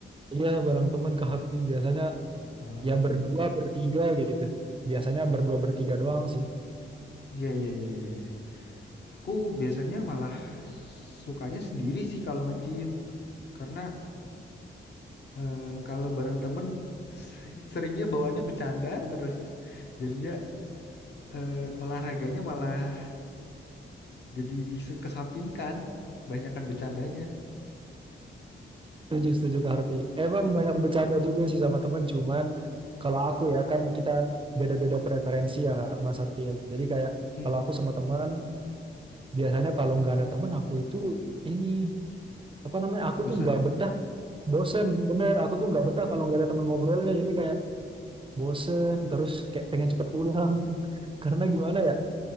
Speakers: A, on the right; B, on the left.
A: Iya, bareng teman ke Hakti biasanya
B: Oh,
A: ya berdua bertiga gitu. Biasanya berdua bertiga doang sih.
B: iya iya iya. iya. Aku biasanya malah sukanya sendiri sih kalau nge-gym. Karena eh, kalau bareng temen <laughs> se- seringnya bawaannya bercanda terus jadinya eh, olahraganya malah jadi dikesampingkan, banyakan bercandanya.
A: Setuju, setuju ke Harvey. Emang banyak bercanda juga sih sama temen, cuman kalau aku ya kan kita beda-beda preferensi ya Mas Harvey ya. Jadi kayak
B: Hmm,
A: kalau aku sama teman, biasanya kalau nggak ada temen aku itu ini apa namanya aku
B: bosen.
A: tuh nggak betah bosen bener aku tuh nggak betah kalau nggak ada teman ngobrolnya jadi kayak bosen terus kayak pengen cepet pulang <laughs> karena gimana ya